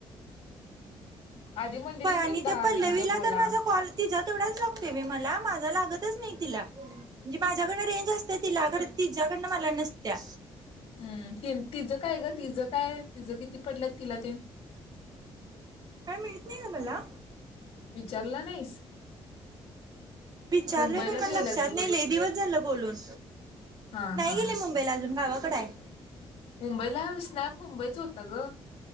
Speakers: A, on the right; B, on the left.
A: हम् हम
B: आधी म्हणलेलीत
A: हम प आणि
B: की दहा
A: त्या पल्लवीला
B: मिनिटं बोला
A: तर माझा काॅल, तिचा तेवढाच लागतो बाई मला माझा लागतच नाही तिला म्हणजे माझ्याकडे रेंज असते तिला खर.. तिच्याकडनं मला नसत्या.
B: हम् तिचं काय ग तिचं काय तिचं किती पडल्यात तिला तेन
A: काय माहित नाही ग मला
B: विचारला नाहीस
A: विचारलेल
B: मुंबईला
A: पण
B: गेला
A: लक्षात
B: ती
A: नाही लय दिवस झालं बोलून,
B: हा
A: नाही
B: हा
A: गेले मुंबईला अजून गावाकड आहे
B: मुंबईला स्नॅप मुंबईचा होता ग